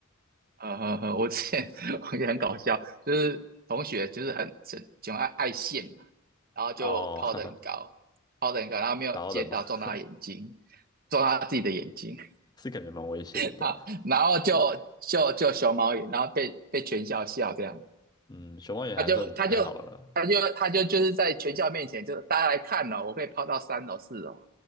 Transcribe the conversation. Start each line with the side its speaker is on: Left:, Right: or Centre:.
Right: 呃，呵呵我之前 <laughs> 我也很搞笑，就是同学就是很很喜爱爱线嘛，然后就抛得很高，
Left: 哦，<laughs> 哈哈，
Right: 抛得很高，然后没有接到，
Left: 打到人嘛，<laughs>
Right: 撞到他眼睛，撞到他自己的眼睛
Left: 是感觉蛮危险的，
Right: <laughs>
Left: 对吧？
Right: 啊，然后就就就熊猫眼，然后被被全校笑这样，
Left: 嗯，熊猫也还算还好了，
Right: 他就他就他就他就就是在全校面前，就是大家来看哦，我可以抛到三楼四楼，